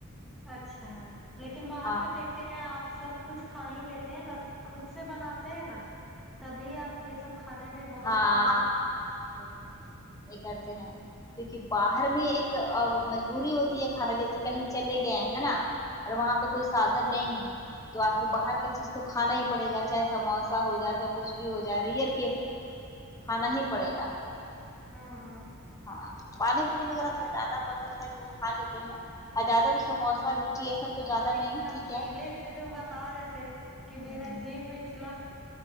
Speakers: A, in the centre; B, on the left (about 15°).
A: اچھا لیکن باہر
B: ہاں
A: میں دیکھ دیکھتے ہیں آپ سب کچھ کھا ہی لیتے ہیں بس خود سے بناتے ہیں نا تبھی آپ یہ سب کھانے میں بہت
B: ہاں
A: مطلب دیتے ہیں
B: یہ کرتے ہیں کیونکہ باہر میں ایک مجبوری ہوتی ہے کھانا جیسے کہیں چلے گئے ہے نا اور وہاں پہ
A: ہاں
B: کوئی سادھن نہیں ہے تو آخر باہر کا چیز تو کھانا ہی پڑے گا چاہے سموسہ ہو جائے چاہے کچھ بھی ہو جائے ریئر کیسے میں کھانا ہی پڑے گا
A: ہاں ہاں
B: ہاں پانی پوری وغیرہ تھوڑا زیادہ پسند ہے تو وہ کھا لیتے ہیں ا زیادہ تو سموسہ مرچی یہ سب تو زیادہ
A: ایک
B: نہیں
A: بار آپ
B: ٹھیک ہے
A: میلے تھے تو بتا رہے تھے کہ میرا
B: ہ
A: جی میںچلا